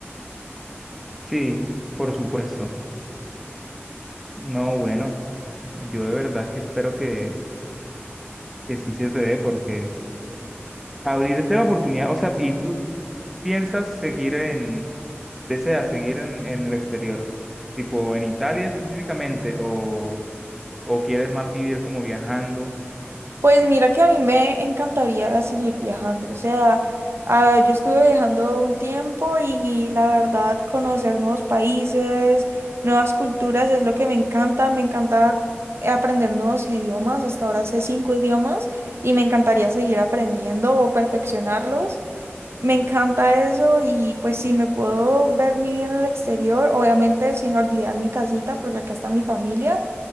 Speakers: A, in the centre; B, on the right.
A: Sí, por supuesto. No, bueno, yo de verdad que espero que, que sí se te dé porque abrirte la oportunidad, o sea, y tú piensas seguir en, deseas seguir en, en el exterior, tipo en Italia específicamente, o, o quieres más vivir como viajando.
B: Pues mira que a mí me encantaría seguir viajando, o sea, ah, yo estuve viajando un tiempo y la verdad conocer nuevos países, nuevas culturas es lo que me encanta, me encanta aprender nuevos idiomas, hasta ahora sé cinco idiomas y me encantaría seguir aprendiendo o perfeccionarlos. Me encanta eso y pues sí, me puedo ver mi vida en el exterior, obviamente sin olvidar mi casita, porque acá está mi familia,